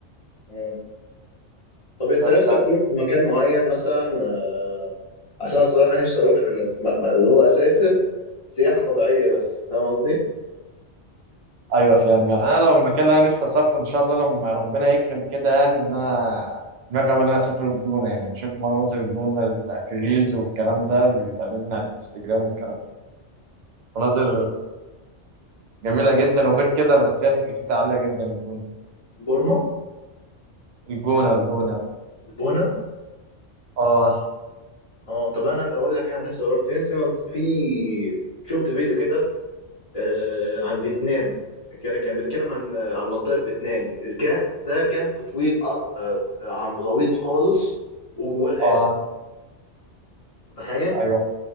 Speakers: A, on the left; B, on the right.
A: أه. طب أنت
B: بس
A: نفسك
B: أنا-
A: تروح في مكان معين مثلا آه، عشان الصراحة نفسي أروح آه، م- م- اللي هو أسافر سياحة طبيعية بس فاهم قصدي؟
B: أيوة فاهم يعني أنا لو المكان اللي أنا نفسي أسافره إن شاء الله لما ربنا يكرم كده يعني إن أنا دماغي أوي إن أنا أسافر الجونة يعني بشوف مناظر الجونة في الريلز والكلام ده اللي بيتقابلنا على الانستجرام والكلام ده مناظر جميلة جدا وغير كده بس هي تكلفتها عالية جدا الجونة
A: بورما
B: الجونة الجونة
A: البونة
B: اه
A: اه طب انا اقول لك انا نفسي اروح فين في منط- في شفت فيديو كده آه، عن فيتنام كده كان بيتكلم عن آه، عن منطقه في فيتنام الكهف ده كهف طويل آه، آه، عم- غويط خالص وجواه غابه
B: اه
A: تخيل
B: ايوه